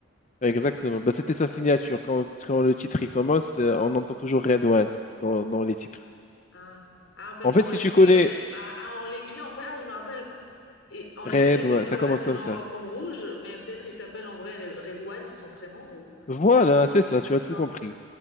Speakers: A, on the left; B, on the left.
A: Exactement. Bah, c'était sa
B: voilà.
A: signature. Quand, quand le titre il commence, euh, on entend toujours Redouane dans, dans les titres.
B: Ah. Ah, en fait,
A: En fait,
B: on
A: si
B: l'écrit,
A: tu connais
B: euh, ah, ah, on l'écrit, en fait, ah, je me rappelle, et on l'écrit
A: Redouane,
B: Redouane,
A: ça commence comme
B: genre
A: ça.
B: comme rouge, mais peut-être il s'appelle en vrai Red- Redouane, c'est son prénom, ou
A: Voilà, c'est
B: c'est
A: ça,
B: une coïncidence.
A: tu as tout compris.